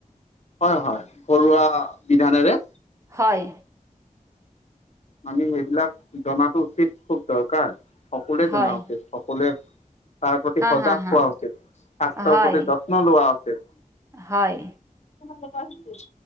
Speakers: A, on the left; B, on the right.
A: হয়, হয় ঘৰুৱা বিধানেৰে
B: হয়,
A: আমি সেইবিলাক জননাাতো উচিত খুব দৰকাৰ, সকলোৱে
B: হয়,
A: জনা উচিত। সকলোৱে তাৰ প্ৰতি
B: হা,
A: সজাগ
B: হা, হা,
A: হোৱা উচিত স্বাস্থ্যৰ
B: হয়,
A: প্ৰতি যত্ন লোৱা উচিত।
B: হয়,।
A: মোক আছো'।